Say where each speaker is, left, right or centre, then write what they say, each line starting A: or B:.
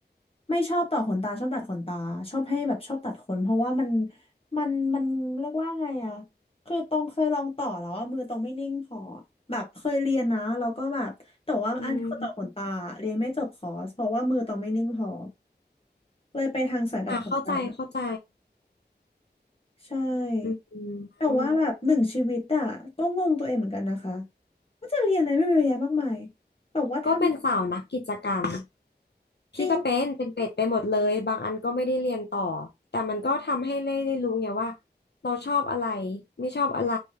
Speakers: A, on the left; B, on the left.
A: ไม่ชอบต่อขนตาชอบตัดขนตาชอบให้แบบชอบตัดขนเพราะว่ามันมันมันเรียกว่าไงอะคือตองเคยลองต่อแล้วว่ามือตองไม่นิ่งพอแบบเคยเรียนนะแล้วก็แบบแต่ว่าอันต่อขนตาเรียนไม่จบคอร์สเพราะว่ามือตองไม่นิ่งพอ
B: อืม
A: เลยไปทางสายตัดขนตา
B: อ่ะเข้าใจเข้าใจ
A: ใช่
B: อืม
A: แต่ว่าแบบหนึ่งชีวิตอะก็งงตัวเองเหมือนกันนะคะว่าจะเรียนอะไรไม่เยอะแยะมากมายแบบว่าทำ
B: ก็เป็นสาวนักกิจกรรมพี่ก็เป็นเป็นเป็ดไปหมดเลยบางอันก็ไม่ได้เรียนต่อแต่มันก็ทำให้ได้ได้รู้ไงว่า
A: จริง
B: เราชอบอะไรไม่ชอบอะไร